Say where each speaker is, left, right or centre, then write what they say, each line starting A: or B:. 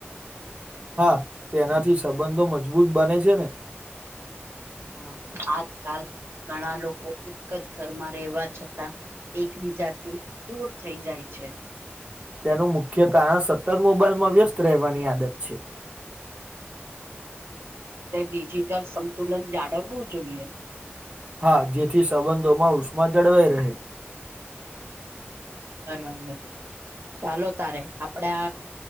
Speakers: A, on the right; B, on the right.
A: હા તેનાથી સંબંધો મજબૂત બને છે ને
B: હા આજકાલ ઘણા લોકો એક જ ઘરમાં રહેવા છતા એકબીજાથી દૂર થઈ જાય છે
A: તેનું મુખ્ય કારણ સતત મોબાઈલમાં વ્યસ્ત રહેવાની આદત છે
B: એટલે ડિજિટલ સંતુલન જાળવવું જોઈએ
A: હા જેથી સંબંધોમાં ઉષ્મા જળવાઈ રહે
B: બરાબર ચાલો તારે આપડા